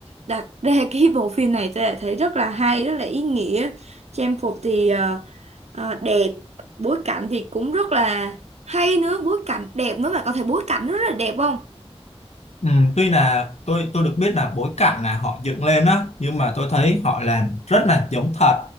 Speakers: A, on the right (about 85°); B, on the left (about 85°).
A: đặt <laughs> ra cái bộ phim này tôi đã thấy rất là hay, rất là ý nghĩa. Trang phục thì ờ, ờ, đẹp, bối cảnh thì cũng rất là hay nữa, bối cảnh đẹp nữa mà có thể bối cảnh rất là đẹp không?
B: Ừ, tuy là tôi tôi được biết là bối cảnh là họ dựng lên á, nhưng mà tôi thấy họ làm rất là giống thật,